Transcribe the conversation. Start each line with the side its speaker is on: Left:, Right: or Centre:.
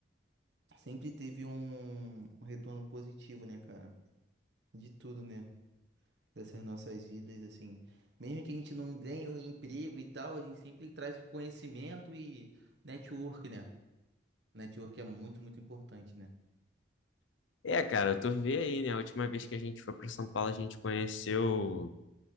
Right: sempre teve um um retorno positivo, né, cara? De tudo, né? dessas nossas vidas, assim. Mesmo que a gente não ganhe o emprego e tal, a gente sempre traz o conhecimento e network, né? Network é muito, muito importante, né?
Left: É, cara, tu vê aí, né? A última vez que a gente foi para São Paulo, a gente conheceu.